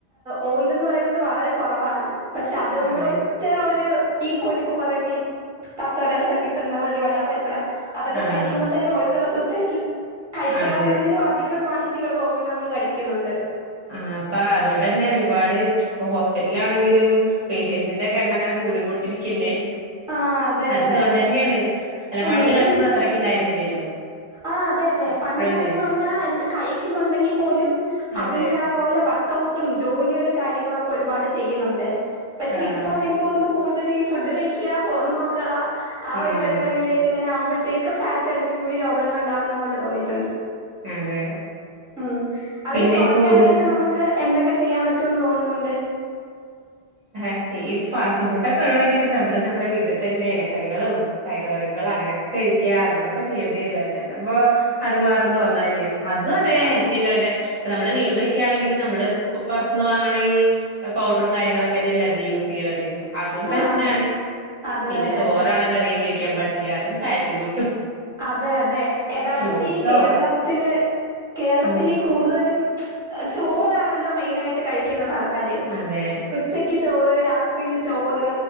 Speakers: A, in the centre; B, on the right.
A: ഓയിൽ എന്ന് പറയുന്നത് വളരെ കൊറവാണ് പക്ഷെ അത് നമ്മള്
B: അതെ
A: ഒറ്റ ഒരു ഈ പൊരിപ്പ് പറയുന്ന ഈ തട്ടുകടയിലൊക്കെ കിട്ടുന്ന ഉള്ളിവട പരിപ്പുട അതൊക്കെ
B: ആഹ്
A: കഴിക്കുമ്പോ തന്നെ ഒരു ദിവസത്തെല കഴിക്കാവുന്നതിലും
B: അതെ
A: അധികം ക്വാണ്ടിറ്റിയിലുള്ള ഓയില് നമ്മൾ കഴിക്കുന്നുണ്ട്.
B: ആഹ് അപ്പ അതൊണ്ട് തന്നെ ഒരുപാട് ഇപ്പ ഹോസ്പിറ്റലിൽ ആണെങ്കിലും പേഷ്യൻസിന്റെയൊക്കെ എണ്ണം ഇങ്ങനെ കൂടികൊണ്ടിരിക്കല്ലേ?
A: ആഹ് അതെ
B: അത്
A: അതെ
B: ഇതുകൊണ്ടു തന്നെയാണ് അല്ല പണ്ട്
A: മെയിൻ
B: കാലത്തെന്നും
A: റീസൺ
B: അത്രക്ക് ഉണ്ടായിരുന്നില്ലല്ലോ?
A: ആഹ് അതെ അതെ പണ്ട്
B: ഇപ്പഴല്ലേ
A: കാലത്ത് എന്ന് പറഞ്ഞാ എന്ത് കഴിക്കുന്നുണ്ടെങ്കിൽ പോലും അതിൻ്റെ
B: അതെ
A: പോലെ വർക്ക് ക്കൗട്ടുംജോലികളും കാര്യങ്ങളും ഒക്കെ ഒരുപാട് ചെയ്യുന്നുണ്ട് പക്ഷെ
B: ആഹ്
A: ഇപ്പ എനിക്ക് തോന്നുന്നു കൂടുതൽ ഈ ഫുഡ് കഴിക്കുക ഫോൺ നോക്കുക ആ
B: ഉം
A: ഒരു പരിപാടിയിലേക്ക് എങ്ങനെ ആകുമ്പോഴത്തേക്ക് ഫാറ്റ് അടിഞ്ഞു കൂടി രോഗങ്ങൾ ഉണ്ടാവുന്ന പോലെ തോന്നിട്ടുണ്ട്.
B: അതെ
A: ഉം അതിനെ
B: പിന്നെ
A: കൊറക്കാനായിട്ട്
B: കൂടുതൽ
A: നമക്ക് എന്തൊക്കെ ചെയ്യാൻ പറ്റുമെന്ന് തോന്നുന്നുണ്ട്.
B: ആഹ് ഈ ഫാസ്റ്റ് ഫുഡ് ഒക്കെ ഒഴിവാക്കിയിട്ട് നമ്മള് നമ്മുടെ വീട്ടിൽ തന്നെ ഇലക്കറികളും പയർ വർഗങ്ങൾ അങ്ങനെയൊക്കെ കഴിക്കുക അങ്ങനെയൊക്കെ ചെയ്യേണ്ടി വരും അല്ലാണ്ട് ഇപ്പോ അത് മാറും എന്ന് തോന്നല്ല്യാ അതും അതെ
A: ആഹ്
B: ഹെൽത്തില്ലാണ്ട്- ഇപ്പം നമ്മള് വീട്ടിൽ വെക്കുകയാണെങ്കിൽ നമ്മള് പുറത്തുന്ന് വാങ്ങുണ ഈ പൗഡറും കാര്യങ്ങളെ തന്നെ അല്ലെ അതിലും യൂസ് ചെയ്യണത് അതും പ്രശ്നാണ്
A: ആഹ് അതെ അതെ
B: പിന്നെ
A: അതെ
B: ചോറാണെങ്കിൽ അതികം കഴി ക്കാൻ പാടില്ല അതും ഫാറ്റ് കൂട്ടും.
A: അതെ അതെ യഥാർത്ഥത്തിൽ
B: ഫ്രൂട്ട്സോ
A: ഈ കേരളത്തില് കേരളത്തിലേക്ക്
B: ഉം
A: കൂടുതലും ചോറാണല്ലോ മെയിനായിട്ട് കഴിക്കുന്നത് ആൾക്കാര്
B: അതെ
A: ഉച്ചക്ക് ചോറ് രാത്രിയില് ചോറ്